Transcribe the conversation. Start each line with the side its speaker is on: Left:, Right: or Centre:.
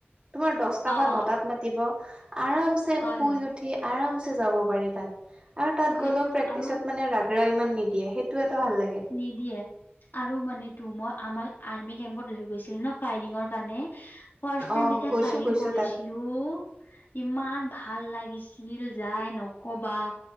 Right: তোমাৰ দছটা
Left: অ',
Right: বা নটাত
Left: অ'
Right: মাতিব আৰামছে
Left: হয়,
Right: শুই
Left: হয়।
Right: উঠি আৰামছে যাব পাৰি তাত আৰু তাত
Left: সেইটো
Right: গ'লেও প্ৰেক্টিচত
Left: আৰু
Right: মানে ৰাগৰা ইমান নিদিয়ে সেইটোও এটা ভাল লাগে
Left: নিদিয়ে আৰু মান তো মই আমাৰ আৰ্মি কেম্পত লৈ গৈছিল ন ফাইৰিঙৰ কাৰণে ফাচ টাইম
Right: অ
Left: যেতিয়া
Right: গৈছো
Left: ফায়ং
Right: গৈছো
Left: কৰিছিলো।
Right: তাত
Left: টো ইমান ভাল লাগিছিল যাই নকবা।